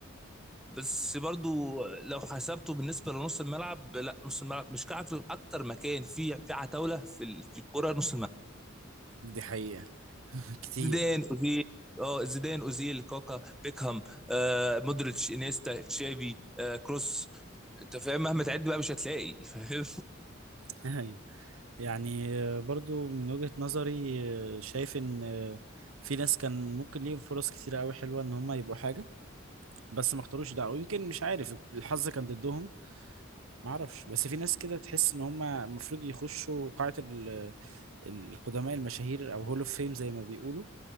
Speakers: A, in the centre; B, on the right.
A: بس برضو لو حسبته بالنسبه لنص الملعب لا نص الملعب مش كعب اكتر مكان فيه في عتاوله في ال- في الكوره نص الملعب
B: دي حقيقة <laughs> كتير
A: زيدان اوزيل اه زيدان اوزيل كاكا بيكهام آه مودريتش انيستا تشافي آه كروس انت فاهم مهما تعد بقى مش هتلاقي <laughs> فاهم
B: <laughs> يعني آه، برضو من وجهة نظري آه، شايف ان آه، في ناس كان ممكن ليهم فرص كتير قوي حلوة ان هم يبقوا حاجة بس ما اختاروش ده او يمكن مش عارف الحظ كان ضدهم ما اعرفش بس في ناس كده تحس ان هم المفروض يخشوا قاعة ال- القدماء المشاهير او هول اوف فيم زي ما بيقولوا